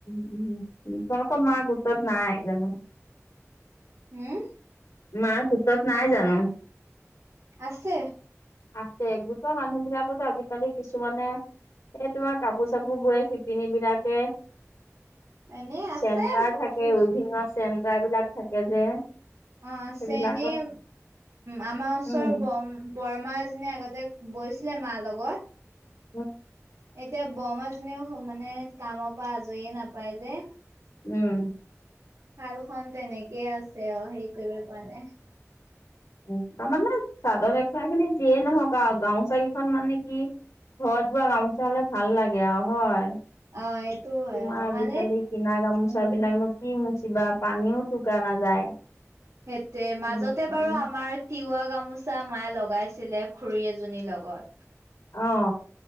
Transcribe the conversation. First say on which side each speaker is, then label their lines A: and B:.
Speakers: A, on the left; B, on the right.
A: উ তোমালোকৰ মা গোটত নাই জানো।
B: উম
A: মাক গোটত নাই জানো।
B: আছে
A: আছে গোট মানুহ বিলাকতো আজিকালি কিছুমানে এই তোমাৰ কাপোৰ চাপোৰ বোৰে শিপিনী বিলাকে।
B: এনে আছে।
A: চেণ্টাৰ
B: অ',
A: থাকে ওভিঙৰ চেণ্টাৰ বিলাক থাকে যে।
B: অ আছে
A: সেইবিলাকত
B: এনেই আমাৰ ওচৰৰ
A: উম
B: ব বৰমা এজনি আগতে। বৈছিলে মাৰ লগত।
A: অ
B: এতিয়া বৰমাজনিউ মানে কামৰ পৰা আজৰিয়ে নাপায় যে।
A: উম
B: শালখন তেনেকেই আছে আৰু হেৰি কৰিব পৰা নাই।
A: উ তাৰ মানে চাদৰ মেখেলা খিনি যিয়ে নহওক আৰু গামোচা কি খন মানে কি ঘৰত বোৱা গামোচা হলে ভাল লাগে আৰু হয়।
B: অ সেইটো হয়
A: তোমাৰ
B: অ
A: আজিকালি
B: মানে
A: কিনা গামোচা
B: উম
A: বিলাক কি নো কিবা পানীও টোকা নাযায়।
B: সেইটোয়ে মাজতে
A: উম উম
B: বাৰু আমাৰ তিৱা। গামোচা মায় লগাইছিলে খুৰী এজনীৰ লগত।
A: আহ